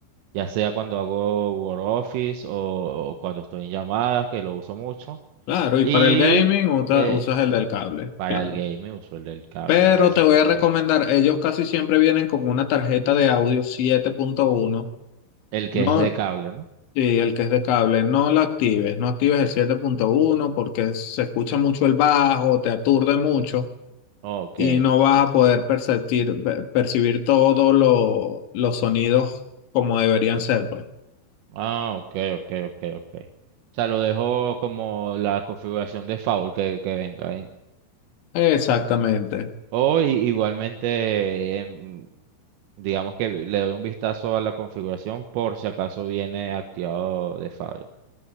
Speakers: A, on the right (about 80°); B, on the left (about 70°).
A: ya sea cuando hago Word Office o, o cuando estoy en llamadas, que lo uso mucho.
B: Claro, y
A: Y
B: para el gaming usa-
A: eh,
B: usas el del cable,
A: para
B: claro.
A: el gaming uso el del cable,
B: Pero
A: me parece
B: te voy
A: perfecto.
B: a recomendar, ellos casi siempre vienen con una tarjeta de audio siete punto uno.
A: El que
B: No,
A: es de cable, ¿no?
B: sí, el que es de cable, no la actives, no actives el siete punto uno porque se escucha mucho el bajo, te aturde mucho.
A: Ok.
B: y no vas a poder perceptir- per- percibir todos lo- los sonidos como deberían ser, pues.
A: Ah, ok, ok, ok, ok. O sea, lo dejo como la configuración de default que, que venga. ¿eh?
B: Exactamente,
A: O i- igualmente, em, digamos que le doy un vistazo a la configuración por si acaso viene activado de fábrica.